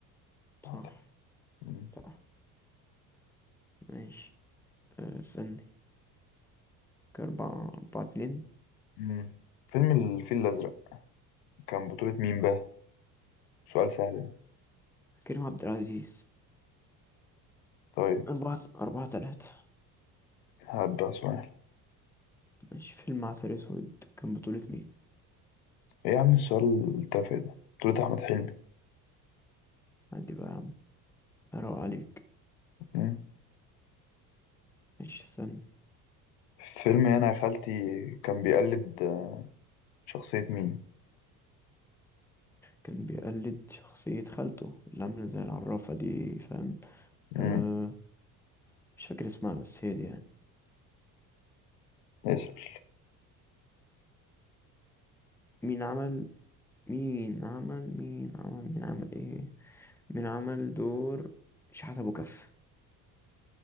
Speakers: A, in the centre; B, on the left.
A: صح
B: أحمد حلمي مم.
A: صح ماشي أه استني كده أربعة أربعة اتنين
B: مم. فيلم الفيل الأزرق كان بطولة مين بقى سؤال سهل ده
A: كريم عبد العزيز
B: طيب
A: أربعة أربعة تلاتة
B: هات بقى سؤال
A: ماشي فيلم عسل اسود كان بطولة مين؟
B: إيه يا عم السؤال التافه ده بطولة أحمد حلمي
A: عندي بقى يا عم اروق عليك
B: مم.
A: ماشي استنى
B: فيلم أنا يا خالتي كان بيقلد آه، شخصية مين؟
A: كان بيقلد شخصية خالته اللي عاملة زي العرافة دي فاهم أه
B: مم.
A: مش فاكر اسمها بس هي دي يعني
B: ياسر
A: مين عمل مين عمل مين عمل مين عمل ايه مين عمل دور شحات ابو كف